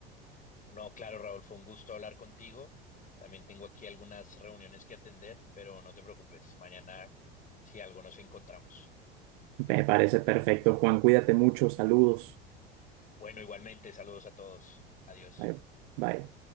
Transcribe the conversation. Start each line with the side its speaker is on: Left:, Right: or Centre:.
Left: No, claro, Raúl, fue un gusto hablar contigo. También tengo aquí algunas reuniones que atender, pero no te preocupes. Mañana, si algo, nos encontramos.
Right: Me parece perfecto, Juan. Cuídate mucho. Saludos.
Left: Bueno, igualmente, saludos a todos. Adiós.
Right: Bye. Bye.